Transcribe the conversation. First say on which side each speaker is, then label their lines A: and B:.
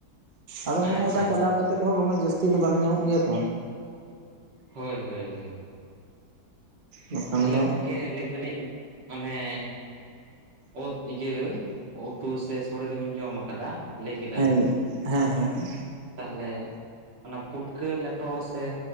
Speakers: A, on the right; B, on the right.
A: ᱟᱫᱚ
B: ᱟᱪᱪᱷᱟ
A: ᱚᱱᱮ ᱚᱱᱠᱟ
B: ᱟᱪᱪᱷᱟ
A: ᱪᱟᱞᱟᱣ
B: ᱟᱪᱪᱷᱟ
A: ᱠᱟᱛᱮᱜ ᱨᱮᱦᱚᱸ ᱫᱚᱢᱮ ᱡᱟᱹᱥᱛᱤ ᱫᱚ ᱵᱟᱝ ᱧᱟᱢᱚᱜ ᱜᱮᱭᱟ ᱛᱚ᱾
B: ᱦᱳᱭ ᱦᱳᱭ ᱦᱳᱭ
A: ᱵᱟᱠᱷᱟᱱ
B: ᱛᱟᱦᱚᱞᱮ
A: ᱫᱚ
B: ᱜᱚᱝᱠᱮ ᱞᱟᱹᱭ ᱫᱟᱞᱤᱧ ᱚᱱᱮ- <unintelligible> ᱤᱭᱟᱹ ᱩᱛᱩ ᱥᱮ ᱥᱳᱲᱮ ᱫᱚᱵᱤᱱ ᱡᱚᱢ ᱟᱠᱟᱫᱟ᱾ ᱞᱟᱹᱭ ᱠᱮᱫᱟ
A: ᱦᱮᱸ
B: ᱵᱤᱱ
A: ᱦᱮᱸ ᱦᱮᱸ ᱦᱮᱸ
B: ᱛᱟᱦᱚᱞᱮ᱾ ᱚᱱᱟ ᱯᱩᱴᱠᱟᱹ ᱞᱮᱴᱚ ᱥᱮ